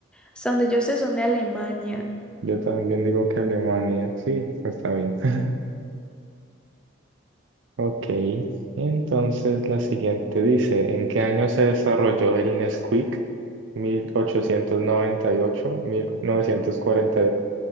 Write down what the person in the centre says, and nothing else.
Hasta donde yo sé son de Alemania.